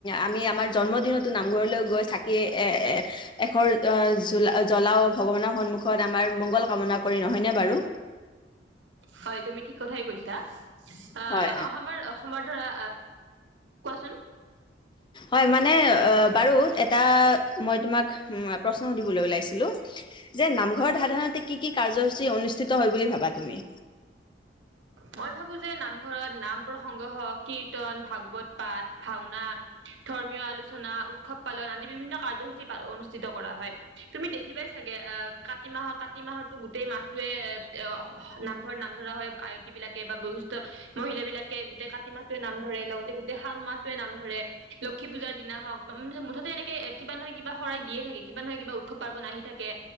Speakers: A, on the left; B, on the right.
A: আমি আমাৰ জন্মদিনতো নামঘৰলৈ গৈ চাকি এ এশৰ জলা জ্বলাও ভগৱানৰ সন্মুখত আমাৰ মংগল কামনা কৰি নহয়নে বাৰু?
B: হয় তুমি ঠিক কথাই কৈছা। অ
A: হয়
B: আমাৰ সময় ধৰা কোৱাচোন
A: হয় মানে বাৰু এটা মই তোমাক প্ৰশ্ন সুধিবলৈ ওলাইছিলো যে নামঘৰ ধাৰাধাৰণতে কি কি কাৰ্য্যসূচী অনুষ্ঠিত হয় বুলি ভাবা তুমি?
B: মই ভাবো যে নামঘৰত নাম প্ৰসংগ হওক কীৰ্তন ভাগৱত পাঠ ভাওনা ধৰ্মীয় আলোচনা উৎসৱ পালন আদি বিভিন্ন কাৰ্যসূচী প অনুষ্ঠ কৰা হয় তুমি দেখি পাই চাগে অ কাতি মাহৰ কাতি মাহতো গোটেই মাহটোৱে এ নামঘৰত নাম ধৰা হয়। আয়তী বিলাকে বা বয়সিস্থষ্ঠ মহিলা বিলাকে গোটেই কাতি মাহোৱে নাম ধৰে লগতে গোটেই শাও মাহটোৱে নাম ধৰে লক্ষী পুজাৰ দিনা হওক বা মু মুঠতে এনেকে কিবা নহয় কিবা শৰাই দিয়ে থাকে কিবা নহয় কিবা উৎসৱ পাৰ্বন আহি থাকে